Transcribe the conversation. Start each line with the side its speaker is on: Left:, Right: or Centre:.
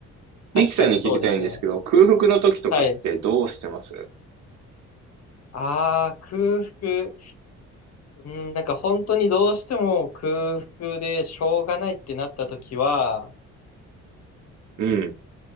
Left: 確かにそうですね。
Right: リキさんに聞きたいんですけど、空腹の時とかってどうしてます
Left: はい。ああ、空腹。うん、なんか本当にどうしても空腹でしょうがないってなった時は、
Right: うん、